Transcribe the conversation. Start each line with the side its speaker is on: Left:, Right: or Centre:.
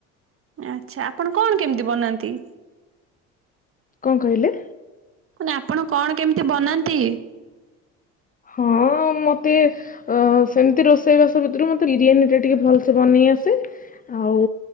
Right: ଆଛା ଆପଣ କଣ କେମିତି ବନାନ୍ତି?
Left: କଣ କହିଲେ?
Right: ଆପଣ କଣ କେମିତି ବନାନ୍ତି?
Left: ହଁ। ମତେ ଅ ସେମିତି ରୋଷେଇବାସ ଭିତରୁ ମତେ ବିରିୟାନୀ ଟା ଟିକେ ଭଲସେ ବନେଇ ଆସେ। ଆଉ